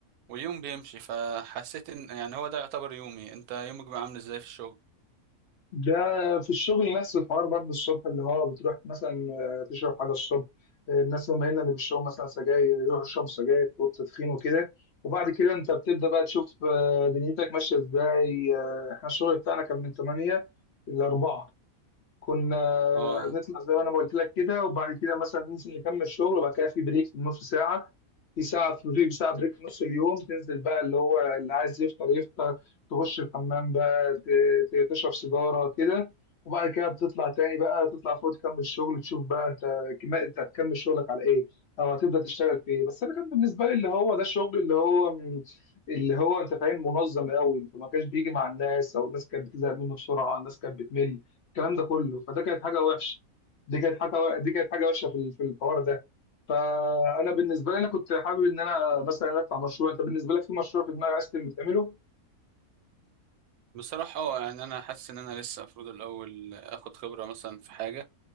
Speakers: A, on the right; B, on the left.
A: واليوم بيمشي فحسيت ان يعني هو ده يعتبر يومي انت يومك بقى عامل ازاي في الشغل
B: ده في الشغل نفس الحوار برضه الصبح اللي هو بتروح مثلا آه، تشرب حاجه الصبح آه، الناس مايلين اللي بيشربوا مثلا سجاير يروحوا يشربوا سجاير في اوضه تدخين وكده وبعد كده انت بتبدا بقى تشوف آه، دنيتك ماشيه ازاي آه، احنا الشغل بتاعنا كان من 8 ل 4 كنا
A: اه
B: نطلع زي ما انا ما قلت لك كده وبعد كده مثلا ننزل نكمل شغل وبعد كده في بريك في نص ساعه في ساعه في في ساعه بريك في نص اليوم تنزل بقى اللي هو اللي عايز يفطر يفطر تخش الحمام بقى ت- ت- تشرب سيجاره كده وبعد كده بتطلع تاني بقى تطلع فوق تكمل شغل تشوف بقى انت كما انت هتكمل شغلك على ايه او هتبدا تشتغل في ايه بس انا كان بالنسبه لي اللي هو ده الشغل اللي هو اللي هو انت فاهم منظم قوي ما كانش بيجي مع الناس او الناس كانت بتزهق منه بسرعه الناس كانت بتمل الكلام ده كله فده كانت حاجه وحشه دي كانت حاجه دي كانت حاجه وحشه في ال- في الحوار ده فانا بالنسبه لي انا كنت حابب ان انا مثلا افتح مشروع انت بالنسبه لك في مشروع في دماغك عايز تعمله
A: بصراحة اه يعني انا حاسس ان انا لسه المفروض الاول اخد خبرة مثلا في حاجة